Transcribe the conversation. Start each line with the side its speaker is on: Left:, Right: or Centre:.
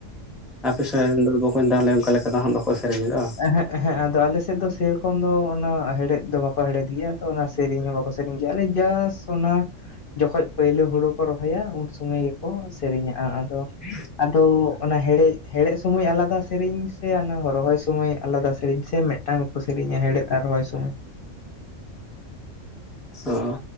Centre: ᱟᱯᱮ ᱥᱮᱱ <unintelligible> ᱵᱚᱠᱚᱧ ᱛᱟᱦᱚᱞᱮ ᱚᱝᱠᱟ ᱞᱮᱠᱟ ᱫᱚ ᱦᱟᱸᱜ ᱵᱟᱠᱚ ᱥᱮᱨᱮᱧᱮᱫᱟ ᱵᱟ?
Left: ᱮᱦᱮᱜ ᱮᱦᱮᱸ ᱟᱫᱚ ᱟᱞᱮᱥᱮᱫ ᱫᱚ ᱥᱮᱠᱚᱢ ᱫᱚ ᱚᱱᱟ ᱦᱮᱲᱮᱫ ᱫᱚ ᱵᱟᱠᱚ ᱦᱮᱲᱮᱫ ᱜᱮᱭᱟ ᱛᱚ ᱚᱱᱟᱥ ᱾ ᱛᱮᱨᱮᱧ ᱦᱚᱸ ᱵᱟᱠᱚ ᱥᱮᱨᱮᱧ ᱜᱮᱭᱟ ᱚᱱᱮ ᱡᱟᱥ ᱚᱱᱟ ᱡᱚᱠᱷᱚᱡ ᱯᱟᱹᱭᱞᱟᱹ ᱦᱳᱲᱳ ᱠᱚ ᱨᱚᱦᱚᱭᱟ ᱩᱱ ᱥᱩᱢᱟᱹᱭ ᱜᱮᱠᱚ ᱥᱮᱨᱮᱧᱟᱼᱟ ᱟᱫᱚ
Centre: <inaudible>
Left: ᱟᱫᱚ ᱚᱱᱟ ᱦᱮᱲᱮᱡ ᱦᱮᱲᱮᱜ ᱥᱩᱢᱚᱭ ᱟᱞᱟᱫᱟ ᱥᱮᱨᱮᱧ ᱥᱮ ᱚᱱᱟ ᱨᱚᱦᱚᱭ ᱾ ᱛᱩᱢᱳᱭ ᱟᱞᱟᱫᱟ ᱥᱮᱨᱮᱧ ᱥᱮ ᱢᱮᱜᱴᱟᱝ ᱠᱚ ᱥᱮᱨᱮᱧᱟ ᱦᱮᱲᱦᱮᱫ ᱟᱨ ᱨᱚᱦᱚᱭ ᱥᱳᱢᱚᱭ ᱾
Centre: ᱚ ᱚ